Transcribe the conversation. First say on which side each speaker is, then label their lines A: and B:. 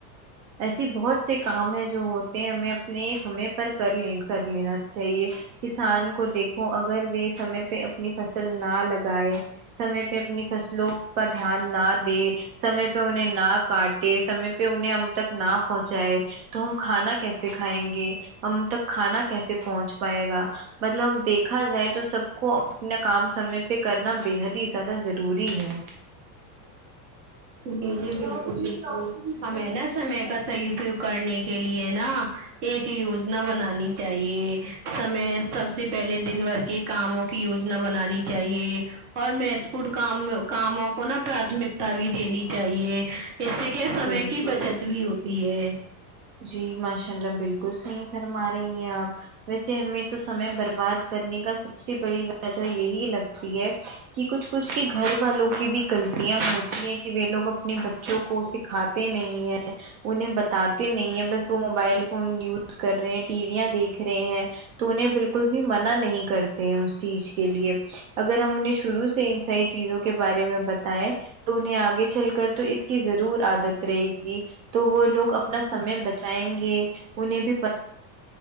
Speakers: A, on the right; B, on the right.
A: ایسی بہت سے کام ہے جو ہوتے ہیں ہمیں اپنے سمے پر کر لین کر لینا چاہیے چاہیے کسان کو دیکھو اگر وہ سمے پہ اپنی فصل نہ لگائے سمے پہ اپنی فصلوں کا دھیان نہ دے سمے پہ انہیں نہ کاٹے سمے پہ انہیں ہم تک نہ پہنچائے تو ہم کھانا کیسے کھائیں گے ہم تک کھانا کیسے پہنچ پائے گا مطلب ہم دیکھا جائے تو سب کو اپنا کام سمے پہ کرنا بےحد ہی زیادہ ضروری ہے
B: جی جی بالکل بالکل ہمیں نا سمے کا صحیح اپیوگ کرنے کے لیے نا ایک یوجنا بنانی چاہیے سمے سب سے پہلے دن بھر کی کاموں کی یوجنا بنانی چاہیے اور مہتپورں کام کاموں کو نا پراتمکتا بھی دینی چاہیے اس سے کیا سمے
A: بالکل
B: کی بچت بھی ہوتی ہے
A: جی ماشاء اللہ بالکل صحیح فرما رہی ہیں آپ ویسے ہمیں تو سمے برباد کرنے کا سب سے بڑی وجہ یہی لگتی ہے کہ کچھ کچھ کے گھر والوں کی بھی غلطیاں ہوتی ہیں کہ وہ لوگ اپنے بچوں کو سکھاتے نہیں ہے انہیں بتاتے نہیں ہے بس وہ موبائل فون یوز کر رہے ہیں ٹیویاں دیکھ رہے ہیں تو انہیں بالکل بھی منع نہیں کرتے ہیں اس چیز کے لیے اگر ہم انہیں شروع سے ان ساری چیزوں کے بارے میں بتائے تو انہیں آگے چل کر تو اس کی ضرور عادت رہے گی تو وہ لوگ اپ نا سمے بچائیں گے انہیں بھی پتا